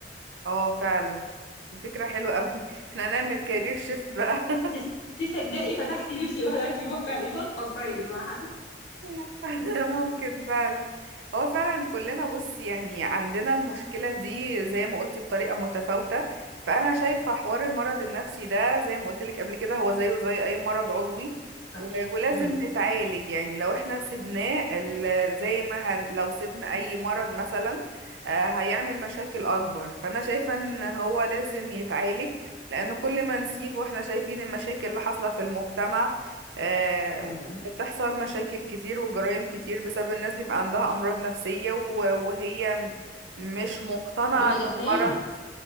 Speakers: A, on the right; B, on the left.
A: اه فعلا دي فكرة حلوة اوي <laughs> احنا هنعمل كارير شيفت بقى <laughs>
B: تس- تصدقي فتحتي نفسي الواحد عايز يروح فعلا يفضفض طيب مع حد
A: <laughs> ممكن فعلا هو فعلا كلنا بص يعني عندنا المشكلة دي زي ما قلتي بطريقة متفاوتة فأنا شايفة حوار المرض النفسي ده زي ما قلت لك قبل كده هو زيه زي أي مرض عضوي
B: صحيح
A: و- ولازم
B: امم
A: نتعالج يعني لو احنا سيبناه ال- زي ما هن لو سيبنا أي مرض مثلا آه، هيعمل مشاكل أكبر فأنا شايفة إن هو لازم يتعالج لأن كل ما نسيبه احنا شايفين المشاكل اللي حاصلة في المجتمع آه،
B: ايوه
A: بتحصل مشاكل كتير وجرائم كتير بسبب الناس بيبقى عندها أمراض نفسية و- وهي م- مش مقتنعة
B: متجاهلاها
A: ان المرض